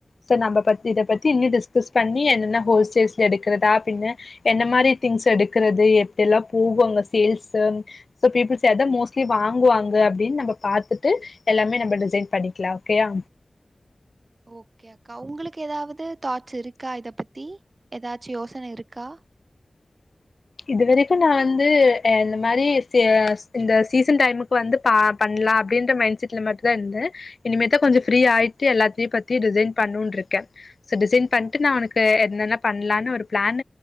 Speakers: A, on the left; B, on the right.
A: ஸோ நம்ம பத்தி இத பத்தி இன்னு டிஸ்கஸ் பண்ணி என்னென்ன ஹோல்சேல்ஸ்ல எடுக்கிறதா பின்னு என்ன மாரி திங்ஸ் எடுக்கறது எப்டில்லா போகு அங்க சேல்ஸூ சோ பீப்பில்ஸ் அதா மோஸ்லி வாங்குவாங்க தா அப்டின்னு நம்ம பாத்துட்டு எல்லாமே நம்ம டிசைட் பண்ணிக்கலா ஓகேயா
B: ஓகே அக்கா உங்களுக்கு எதாவது தாட்ஸ் இருக்கா இத பத்தி எதாச்சு யோசன இருக்கா
A: இது வரைக்கு நா வந்து இந்த மாரி இந்த சீசன் டைமுக்கு வந்து ப பண்லா அப்டின்ற மைண்ட் செட்ல மட்டுந்தா இருந்தே இனிமேதா கொஞ்ச ப்ரீ ஆயிட்டு எல்லாத்தையு பத்தி டிசைன் பண்னும்னு இருக்கே ஸோ டிசைன் பண்ட்டு நா உனக்கு என்னென்ன பண்லா ஒரு பிளான்